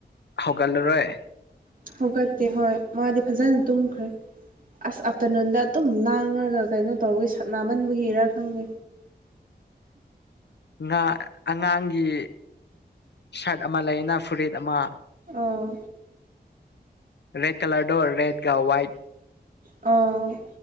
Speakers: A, on the left; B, on the right.
A: ꯍꯧꯒꯠꯂꯔꯣꯏ
B: ꯍꯧꯒꯠꯇꯦ ꯍꯣꯏ ꯃꯥꯗꯤ ꯐꯖꯅ ꯇꯨꯝꯈ꯭ꯔꯦ ꯑꯁ ꯑꯥꯞꯇꯔꯅꯨꯟꯗ ꯑꯗꯨꯝ ꯂꯥꯡꯉꯒ ꯀꯩꯅꯣ ꯇꯧꯕꯒꯤ ꯁꯥꯅꯥꯃꯟꯕꯒꯤꯔꯥ ꯈꯪꯗꯦ
A: ꯉꯥ ꯑꯉꯥꯡꯒꯤ ꯁꯥꯔꯠ ꯑꯃ ꯂꯩꯌꯦꯅ ꯐꯨꯔꯤꯠ ꯑꯃ
B: ꯑꯥ
A: ꯔꯦꯠ ꯀꯂꯔꯗꯣ ꯔꯦꯠꯒ ꯋꯥꯏꯠ
B: ꯑꯣ